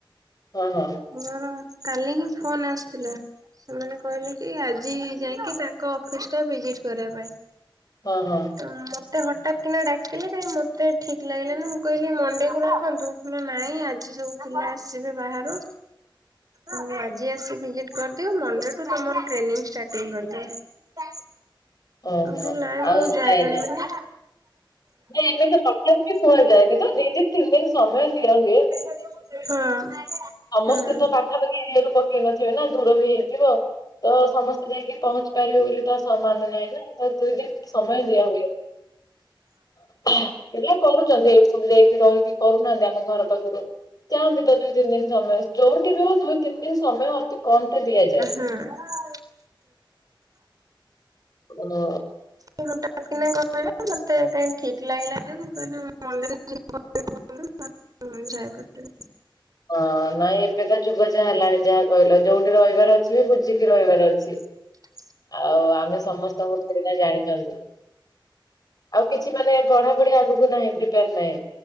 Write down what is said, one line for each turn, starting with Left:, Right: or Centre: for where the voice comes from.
Left: ହଁ ହଁ।
Right: ମୋର କାଲି ହି ଫୋନ ଆସିଥିଲା। ସେମାନେ କହିଲେ କି ଆଜି ଯାଇକି ତାଙ୍କ ଅଫିସ ଟା ଭିଜିଟ କରିବା ପାଇଁ।
Left: ହଁ ହଁ।
Right: ତ ମତେ ହଠାତ୍ କିନା ଡାକିଲେ କାଇଁ ମତେ ଠିକ ଲାଗିଲାନି ମୁଁ କହିଲି ମଣ୍ଡେ କୁ ରଖନ୍ତୁ। ନା ନାଇଁ ଆଜି ସବୁ ପିଲା ଆସିବେ ବାହାରୁ। ଆଉ ଆଜି ଆସି ଭିଜିଟ କରିଦିଅ ମଣ୍ଡେଠୁ ତମର ଟ୍ରେନିଂ ଷ୍ଟାଟିଙ୍ଗ କରିଦବା।
Left: ଓହୋ
Right: ମୁଁ କଇଲି ନାଇଁ
Left: ଆଉ
Right: ମୁଁ ଯାଇପାରିବନି।
Left: ଯାଇନ ନାଇଁ ଏମିତି ହଠାତ୍ ବି କୁହାଯାଏନି ତ ଦି ଦିନ ତିନ ଦିନ ସମୟ ଦିଅନ୍ତି।
Right: ହଁ।
Left: ସମସ୍ତେ
Right: ହୁଁ ହୁଁ
Left: ତ ପାଖାପାଖି ଏରିଆରୁ ପକେଇ ନଥିବେ ନା ଦୂର ବି ହେଇଥିବ ତ ସମସ୍ତେ। ଯାଇକି ପହଞ୍ଚି ପାରିବେ ବୋଲି ତ ସମାନ ନାହିଁ ନା ତ ଦୁଇ ଦିନ ସମୟ ଦିଆ ହୁଏ। ପିଲା କରୁଛନ୍ତି ଏଇଠି ସବୁ ଯାଇକି ରହିକି କରୁନାହାନ୍ତି ଆମ ଘର ପାଖରୁ। ଚାଆନ୍ତି ତ ଦୁଇ ତିନି ଦିନ ସମୟ ଯୋଉଠି ବି ହଉ ଦୁଇ ତିନି ଦିନ ସମୟ ଅତି କମ ଟା ଦିଆଯାଏ।
Right: ହୁଁ।
Left: ମନ।
Right: <unintelligible> କଇଲେ ମତେ କାଇଁ ଠିକ ଲାଗିଲାନ ମୁଁ କଇଲି <unintelligible> ଜୟ କରିଦେବେ।
Left: ହଁ ନାଇଁ ଏବେ ତ ଯୁଗ ଯାହା ହେଲାଣି ଯାହା କହିଲ ଯୋଉଠି ରହିବାର ଅଛି ବି ବୁଝିକି ରହିବାର ଅଛି।
Right: ହ <inaudible>
Left: ଆଉ ଆମେ ସମସ୍ତଙ୍କୁ ଯୋଡ଼ି ନା ଜାଣିଛନ୍ତି। ଆଉ କିଛି ମାନେ ପଢା ପଢି ଆଗକୁ ନାଇ ପ୍ରିପେଆର ନାହିଁ